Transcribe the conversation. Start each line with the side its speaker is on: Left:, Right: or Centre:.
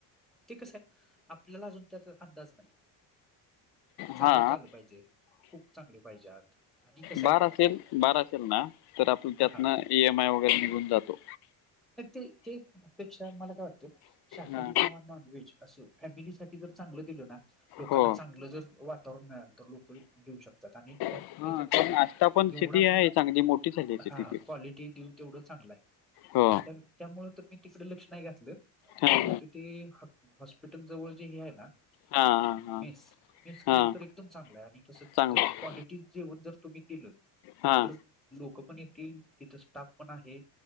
Centre: ते कसं आहे आपल्याला अजून त्याचा अंदाज नाही. चालवता
Left: हा...
Centre: आलं पाहिजे कुक चांगले पाहिजेत आणि कसं
Left: बार
Centre: आहे
Left: असेल बार असेल ना तर आपलं
Centre: अ
Left: त्यातून.
Centre: हा
Left: ई एम आय वगैरे निघून जातो.
Centre: तर ते, ते पेक्षा मला काय वाटतं शाकाहारी
Left: हां
Centre: किंवा नॉनव्हेज असं फॅमिलीसाठी, च दि ना लोकांना
Left: हो
Centre: चांगलं जर वातावरण मिळाल तर. जेऊ शकतात आणि त्या
Left: हां
Centre: त्याच्यात
Left: कारण
Centre: कस आहे
Left: आष्टा पण
Centre: जेवढा
Left: सिटी
Centre: आपण
Left: आहे चांगली मोठी झाली आहे
Centre: हा
Left: सिटी ती
Centre: क्वालिटी देऊ तेवढं चांगलं आहे..
Left: हो!
Centre: त्यामुळे तर मी तिकडे लक्ष नाही घातलं
Left: हां
Centre: मी म्हणतो ते हॉस्पिटल, जवळ जे हे आहे ना
Left: हां हां हां
Centre: मेस, मेस केली
Left: हां
Centre: तर एकदम चांगलं आहे आणि तस
Left: चांगलं
Centre: जर क्वालिटी जेवण जर तुम्ही दिलं
Left: हां
Centre: तर लोक पण येतील तिथं स्टाफ पण आहे.